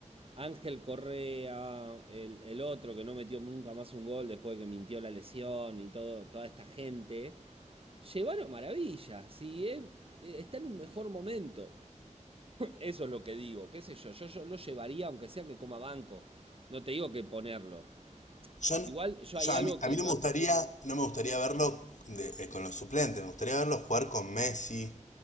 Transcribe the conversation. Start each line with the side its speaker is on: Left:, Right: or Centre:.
Right: Ángel Correa, el, el otro que no metió nunca más un gol después de que mintió la lesión y todo, toda esta gente, llévalo a maravilla, si es- está en un mejor momento. Eso es lo que digo, qué sé yo, yo, yo lo llevaría aunque sea que coma banco, no te digo que ponerlo.
Left: Yo, no-
Right: Igual yo
Left: yo
Right: hay
Left: a,
Right: algo
Left: mí, a
Right: que
Left: mí no
Right: no,
Left: me gustaría, no me gustaría verlo de- eh, con los suplentes, me gustaría verlo jugar con Messi,